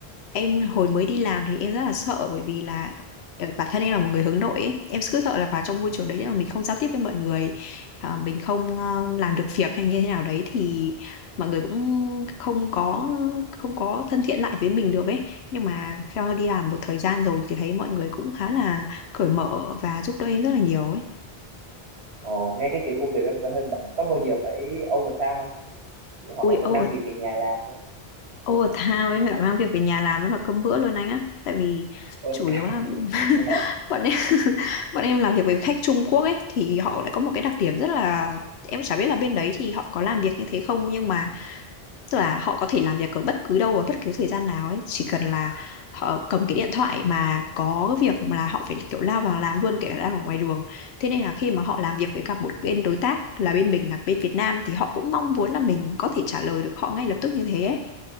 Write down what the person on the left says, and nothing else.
em hồi mới đi làm thì em rất là sợ bởi vì là ờ, bản thân em là một người hướng nội ấy. Em cứ sợ là vào trong môi trường đấy mà mình không giao tiếp với mọi người à, mình không ờ, làm được việc hay như thế nào đấy thì mọi người cũng không có không có thân thiện lại với mình được ấy nhưng mà theo đi làm một thời gian rồi thì thấy mọi người cũng khá là cởi mở và giúp đỡ em rất là nhiều ấy
Ui,
over,
overtime ấy, mà mang việc về nhà làm nó là cơm bữa luôn anh á. Tại vì
chủ
yếu là
bọn em <laughs> bọn em làm việc với khách Trung Quốc ấy thì họ lại có một cái đặc điểm rất là em chả biết là bên đấy thì họ có làm việc như thế không nhưng mà tức là họ có thể làm việc ở bất cứ đâu và bất cứ thời gian nào ấy chỉ cần là họ cầm cái điện thoại mà có cái việc mà là họ phải kiểu lao vào làm luôn kể cả đang ở ngoài đường thế nên là khi mà họ làm việc với cả một bên đối tác là bên mình là bên Việt Nam thì họ cũng mong muốn là mình có thể trả lời được họ ngay lập tức như thế ấy